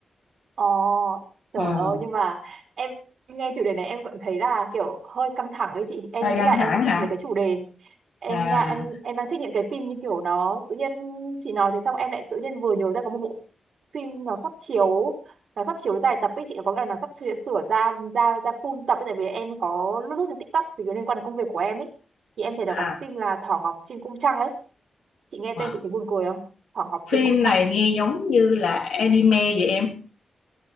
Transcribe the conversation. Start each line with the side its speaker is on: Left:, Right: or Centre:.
Right: ờ, trời
Left: ừ.
Right: ơi nhưng mà em em nghe chủ đề này em cũng thấy là kiểu hơi căng thẳng ấy chị. Em
Left: hơi
Right: nghĩ
Left: căng
Right: là em
Left: thẳng
Right: sẽ
Left: hả
Right: thích mấy cái chủ đề. Em
Left: à
Right: là em em đang thích những cái phim như kiểu nó tự nhiên chị nói thế xong em lại tự nhiên vừa nhớ ra có một bộ phim nó sắp chiếu nó sắp chiếu dài tập ấy chị có nghĩa là nó sắp sửa, sửa ra ra ra full tập ấy tại vì em có lướt lướt trên TikTok thì liên quan đến công việc của em ấy thì em thấy là
Left: à
Right: có cái phim là Thỏ Ngọc trên cung trăng ấy chị nghe
Left: wow.
Right: tên chị thấy buồn cười không Thỏ Ngọc trên
Left: phim
Right: cung trăng
Left: này nghe giống như là anime vậy em